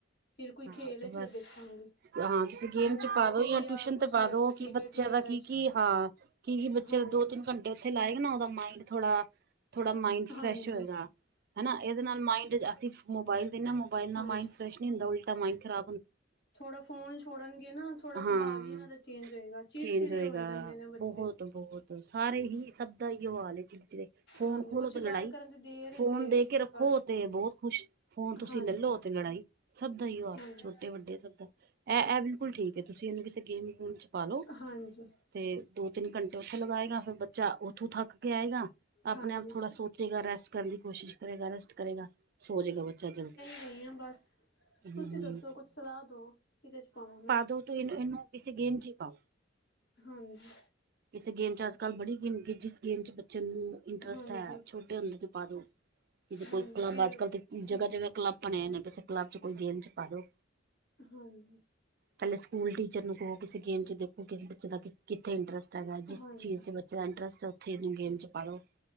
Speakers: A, on the left; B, on the right.
A: ਫੇਰ ਕੋਈ ਖੇਲ
B: ਹਾਂ ਤੇ
A: ਇਚ
B: ਬਾਅਦ
A: ਦੇਖਾਂਗੀ।
B: ਹਾਂ ਕਿਸੇ ਗੇਮ
A: ਜਿਮਨਾਸਟਿਕ
B: ਚ ਪਾ ਦੋ ਯਾ
A: ਜਾਂ
B: ਟਿਊਸ਼ਨ
A: ਕੁਛ
B: ਤੇ ਪਾ ਦੋ
A: ਕ੍ਰਿਕਟ
B: ਕਿ ਬੱਚੇਆਂ
A: ਵਗੈਰਾ
B: ਦਾ ਕੀ
A: ਚ
B: ਕੀ ਹਾਂ ਕਿਉਂਕਿ ਬੱਚਾ
A: ਹਾਂਜੀ
B: ਦੋ ਤਿੰਨ ਘੰਟੇ ਉਥੇ ਲਾਏਗਾ ਨਾ ਉਹਦਾ ਮਾਈੰਡ ਥੋੜਾ ਥੋੜਾ ਮਾਇੰਡ
A: ਹਾਂਜੀ
B: ਫਰੈਸ਼ ਹੋਏਗਾ ਹਨਾ ਇਹਦੇ ਨਾਲ ਮਾਇੰਡ ਅਸੀਂ ਮੋਬਾਇਲ ਦੇ ਨਾ ਮੋਬਾਈਲ ਨਾਲ
A: ਹਾਂਜੀ
B: ਮਾਇੰਡ ਫਰੈਸ਼ ਨੀ ਹੁੰਦਾ ਉਲਟਾ ਮਇੰਡ ਖਰਾਬ
A: ਥੋੜਾ ਫੋਨ ਛੋੜਨਗੇ ਨਾ ਥੋੜਾ ਸੁਭਾਅ
B: ਹਾਂ
A: ਵੀ ਇਹਨਾਂ ਦਾ ਚੇਂਜ ਹੋਏਗਾ। ਚਿੜਚਿੜੇ
B: ਚੇਂਜ ਹੋਏਗਾ
A: ਹੋਏ ਰਹਿੰਦੇ ਨੇ ਬੱਚੇ।
B: ਬਹੁਤ ਸਾਰੇ ਹੀ ਸਭ ਦਾ ਹੀ ਇਹੋ ਹਾਲ ਏ ਚਿੜਚਿੜੇ ਫ਼ੋਨ
A: ਹਾਂਜੀ
B: ਖੋ
A: ਕੁਛ
B: ਲਉ ਤੇ ਲੜਾਈ
A: ਗੱਲ ਕਰਨ ਤੇ ਦੇਰ ਏ
B: ਫੋਨ
A: ਤੇ
B: ਦੇ ਕੇ ਰੱਖੋ
A: ਬਸ
B: ਤੇ ਬਹੁਤ ਖੁਸ਼ ਫੋਨ ਤੁਸੀਂ
A: ਹਾਂਜੀ
B: ਲੈ ਲੋ ਤੇ ਲੜਾਈ ਸਭ ਦਾ ਹੀ ਜੁਆਕ
A: ਹਾਂਜੀ
B: ਛੋਟੇ ਵੱਡੇ ਸਭ ਦਾ ਇਹ ਇਹ ਬਿਲਕੁਲ ਠੀਕ ਐ। ਤੁਸੀਂ ਇਹਨੂੰ ਕਿਸੇ ਗੇਮ ਗੂਮ ਚ ਪਾਾਲੋ
A: ਹਾਂਜੀ
B: ਤੇ ਦੋ ਤਿੰਨ ਘੰਟੇ ਉੱਥੇ ਲਗਾਏਗਾ। ਫਿਰ ਬੱਚਾ ਉੱਥੋਂ ਥੱਕ ਕੇ ਆਏਗਾ। ਆਪਣੇ
A: ਹਾਂਜੀ
B: ਆਪ ਥੋੜਾ ਸੋਚੇਗਾ ਰੈਸਟ ਕਰਨ ਦੀ ਕੋਸ਼ਿਸ਼ ਕਰੇਗਾ। ਰੈਸਟ ਕਰੇਗਾ ਸੌ ਜੇ ਗਾ ਬੱਚਾ ਜਲਦੀ
A: ਹੀ ਆ ਬਸ ਤੁਸੀਂ
B: ਹੂੰ
A: ਦੱਸੋ ਕੁੱਛ ਸਲਾਹ ਦੋ ਕਿਹਦੇ ਚ ਪਾਵਾਂ ਮੈਂ
B: ਦੋਤਰੇ ਨਾ ਇਹਨੂੰ ਕਿਸੇ ਗੇਮ ਚ ਹੀ ਪਾਓ।
A: ਹਾਂਜੀ
B: ਕਿਸੇ ਗੇਮ 'ਚ ਅਜ ਕੱਲ ਬੜੀ ਗੇਮ ਕਿ ਜਿਸ ਗੇਮ 'ਚ ਬੱਚੇ ਨੂੰ ਇੰਟਰਸਟ
A: ਹਾਂਜੀ
B: ਹੈ ਛੋਟੇ ਹੁੰਦੇ ਤੇ ਪਾ ਦੋ। ਕਿਸੇ ਕੋਈ
A: ਹਾਂਜੀ
B: ਕਲੱਬ
A: ਫਿਰ
B: ਅੱਜ ਕੱਲ੍ਹ ਤੇ
A: ਹੂੰ
B: ਜਗ੍ਹਾ ਜਗ੍ਹਾ ਕਲੱਬ ਬਣੇ ਨੇ ਕਿਸੇ ਕਲੱਬ ਚ ਕੋਈ ਗੇਮ ਚ ਪਾ ਦੋ
A: ਹਾਂਜੀ
B: ਪਹਿਲੇ ਸਕੂਲ ਟੀਚਰ ਨੂੰ ਕਹੋ ਕਿਸੇ ਗੇਮ ਚ ਦੇਖੋ। ਕਿਸੇ ਬੱਚੇ ਦਾ ਕਿੱਥੇ ਇੰਟਰਸਟ ਜਿਸ
A: ਹਾਂਜੀ
B: ਚੀਜ਼ ਚ ਬੱਚੇ ਦਾ ਇੰਟਰਸਟ ਉਥੇ ਇਹਨੂੰ ਗੇਮ ਚ ਪਾਲੋ।